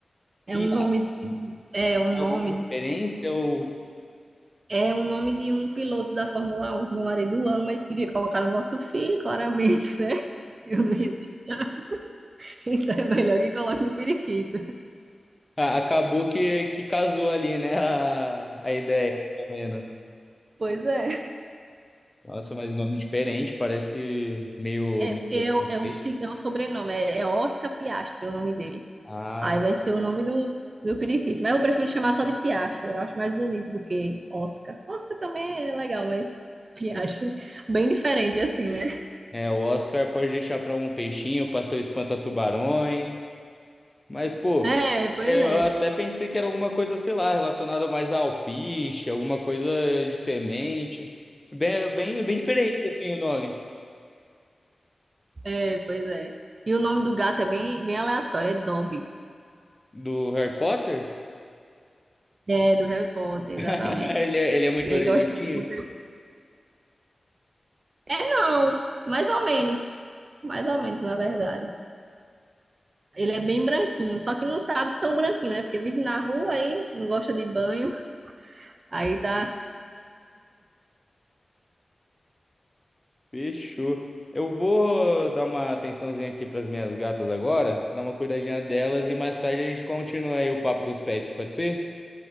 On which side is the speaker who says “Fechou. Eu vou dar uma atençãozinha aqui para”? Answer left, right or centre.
Left